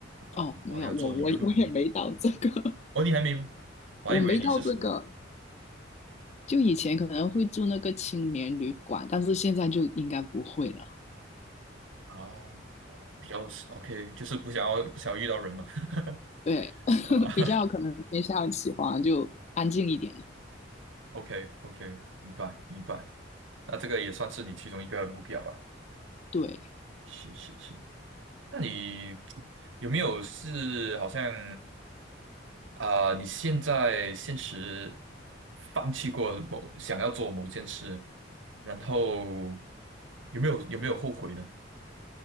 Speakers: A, on the right; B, on the left.
A: 啊，
B: 哦，没有，
A: 然后要坐游轮。
B: 我我我也没到这个，
A: 哦，你还没吗？
B: <laughs>
A: 我还以为你是说
B: 我没到这个。就以前可能会住那个青年旅馆，但是现在就应该不会了。
A: 啊。比较是 OK，就是不想要不想要遇到人嘛。<laughs>
B: 对，<laughs>
A: 啊 <laughs>
B: 比较可能偏向喜欢就安静一点的。
A: ，OK OK，明白明白。那这个也算是你其中一个目标吧？
B: 对，
A: 是是是。那你有没有是好像啊、你现在现实放弃过某想要做某件事，然后有没有有没有后悔呢？